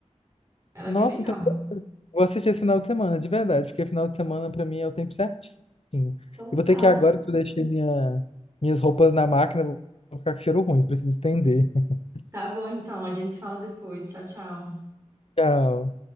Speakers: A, on the right; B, on the left.
A: Ela
B: Nossa,
A: é bem legal.
B: então vou assistir esse final de semana, de verdade, porque final de semana pra mim é o tempo certinho.
A: Então
B: E vou
A: tá.
B: ter que ir agora que eu deixei minha, minhas roupas na máquina, vou ficar com cheiro ruim, preciso estender. <laughs>
A: Tá bom, então, a gente se fala depois. Tchau, tchau.
B: Tchau.